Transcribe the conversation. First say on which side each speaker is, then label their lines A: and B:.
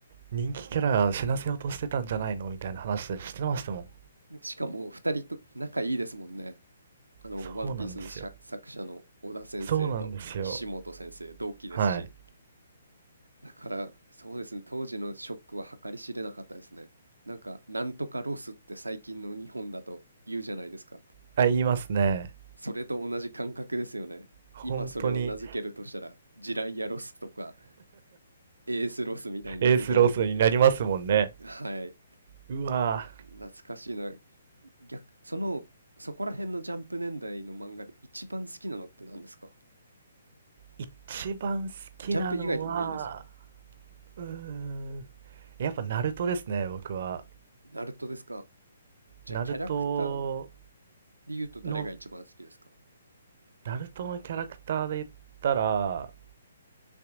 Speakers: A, on the right; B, on the right.
A: 人気キャラが死なせようとしてたんじゃないのみたいな話でしてましたもん。
B: しかも2人と仲いいですもんね。あの、
A: そうなんですよ。
B: ワンピースのしゃ作者の小田先生と岸本先生、
A: そうなんですよ。
B: 同期ですし。
A: はい。
B: だから、そうですね、当時のショックは計り知れなかったですね。なんか、なんとかロスって最近の日本だと言うじゃないですか。
A: あ、言いますね。
B: それと同じ感覚ですよね。
A: 本当に
B: 今それを名付けるとしたら、ジライアロスとか、エースロスみたいになってくるのか。
A: エースロスになりますもんね。
B: はい。
A: うわぁ。
B: 懐かしいな。逆、その、そこら辺のジャンプ年代の漫画で一番好きなのって何ですか
A: 一番好きなのは、
B: ジャンプ以外でもいいですよ。
A: うーん。やっぱナルトですね、僕は。
B: ナルトですかじゃあ、
A: ナルト
B: キャラクターで言うと誰が一番好きですか
A: の、ナルトのキャラクターで言ったら、